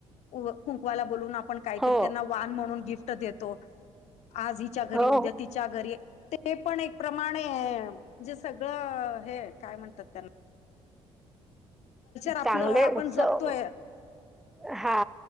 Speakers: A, on the left; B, in the centre.
A: कुंकुवाला बोलून आपण पण काहीतरी
B: हो
A: त्यांना वान म्हणून गिफ्ट देतो आज हिच्या घरी
B: हो
A: उद्या तिच्या घरी ते पण एक प्रमाणे जे सगळं हे काय म्हणतात त्याला. आपलं
B: चांगले
A: आपण
B: उत्सव
A: जपतोय
B: हा.